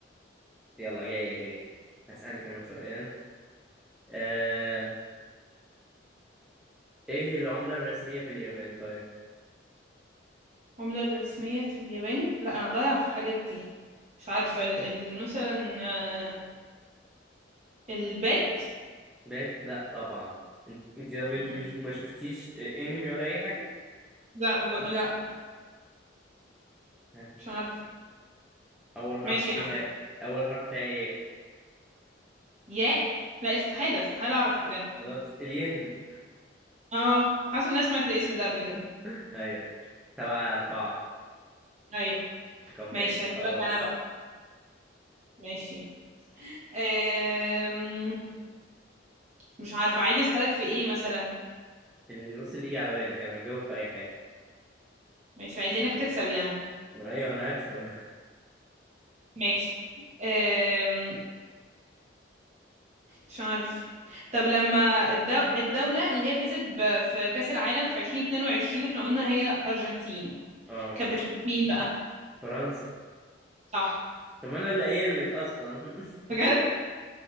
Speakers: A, in the centre; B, on the right.
A: يلا جاية جاية هسألك انا سؤال آه... ايه العملة الرسمية في اليابان طيب
B: العملة الرسمية في اليابان لا انا ضايعة في الحاجات دي مش عارفة ال... ال... مثلا آه، البات
A: بات لا طبعا انت انت- طب انت
B: مم.
A: مش ما شفتيش انمي ولا اي حاجة
B: لا مب... لا
A: ها،
B: مش عارفة
A: اول حرف
B: ماشي
A: فيها
B: يا عم
A: اول حرف فيها ايه
B: ياء لا استحالة استحالة اعرف بجد
A: خلاص الين
B: اه حاسه اني سمعت الاسم ده قبل كده
A: <laughs> ايوه سبعة أربعة
B: ايوه ماشي
A: باك
B: هسألك
A: خلاص
B: انا بقى ماشي أم... مش عارفه عايزه اسألك في ايه مثلا
A: اللي بص اللي يجي على بالك انا هجاوب في اي حاجة
B: ماشي عايزينك تكسب يعني
A: ايوه انا هكسب
B: ماشي أم... مش عارفه طب لما الدو... الدولة اللي هي فازت ب... في كأس العالم في 2022 احنا قلنا هي أرجنتين
A: <laughs> اه
B: كانت بتلعب مين بقى
A: فرنسا
B: صح
A: طب انا اللي قايل لك اصلا
B: بجد